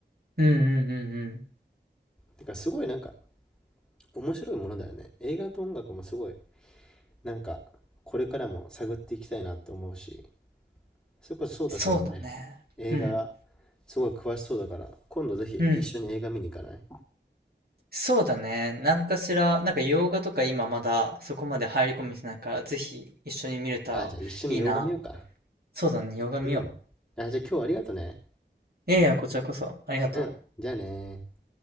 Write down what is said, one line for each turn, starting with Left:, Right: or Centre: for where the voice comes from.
Right: うんうんうんうん。
Centre: だからすごいなんか面白いものだよね。映画と音楽もすごいなんかこれからも探っていきたいなと思うし、それこそ颯太くんもね、
Right: そうだね。
Centre: 映画
Right: うん。
Centre: すごい詳しそうだから今度ぜひ一緒に映画見に行かない
Right: うん。そうだね。なんかしら、なんか洋画とか今まだそこまで入り込めてないから、ぜひ一緒に見れたらいいな。
Centre: あ、じゃあ一緒に洋画見ようか。
Right: そうだね、洋画見よ
Centre: うん。あ、じゃあ今日はありがとね。
Right: う。いやいや、こちらこそ。ありがとう。
Centre: うん。じゃあねー